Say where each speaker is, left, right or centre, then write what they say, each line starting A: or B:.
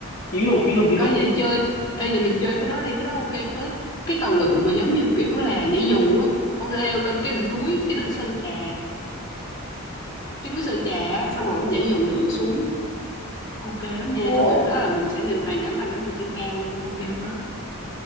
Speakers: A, on the left; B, on the left.
A: chuyến luôn chuyến luôn chuyến
B: ê
A: luôn.
B: vậy chơi ê vậy mình chơi cái đó đi cái đó ok phết cái tàu lượn mà giống như kiểu là nhảy dù á ông sẽ leo lên cái đỉnh núi cái đỉnh Sơn Trà cái núi Sơn Trà á xong rồi ông nhảy dù lượn xuống ok lắm nha
A: Ồ,
B: xong rồi đó là mình sẽ nhìn toàn cảnh Đà Nẵng từ trên cao luôn ok phết